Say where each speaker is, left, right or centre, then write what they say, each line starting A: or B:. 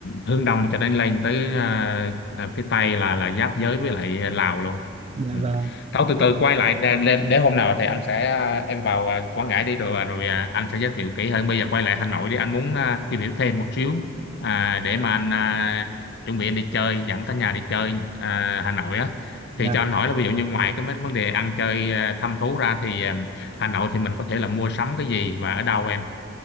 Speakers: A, on the left; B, on the right.
A: hướng đông cho đến lên tới à, à, phía tây là là giáp giới với lại Lào luôn
B: dạ
A: ừ.
B: vâng
A: Thôi từ từ quay lại để, để, để hôm nào thì anh sẽ à, em vào à, Quảng Ngãi đi rồi à, rồi à, anh sẽ giới thiệu kỹ hơn bây giờ quay lại Hà Nội đi anh muốn à, tìm hiểu thêm một xíu à, để mà anh à, chuẩn bị anh đi chơi dẫn cả nhà đi chơi à, Hà Nội á
B: dạ.
A: thì cho anh hỏi là ví dụ như ngoài cái mấy vấn đề ăn chơi à, thăm thú ra thì à, Hà Nội thì mình có thể là mua sắm cái gì và ở đâu em